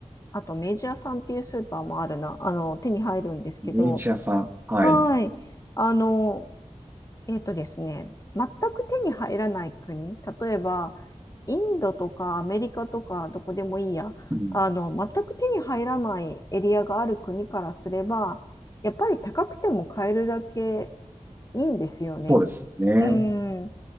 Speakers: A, on the left; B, on the right.
A: あと、メジャーさんっていうスーパーもあるな、あの、手に入るんですけど、
B: ベネチアさん。はい。
A: はい。あの、えっとですね、全く手に入らない国、例えば、インドとかアメリカとか、どこでもいいや、
B: うん、
A: あの、全く手に入らないエリアがある国からすれば、やっぱり高くても買えるだけいいんですよね。
B: そうですね。
A: うん。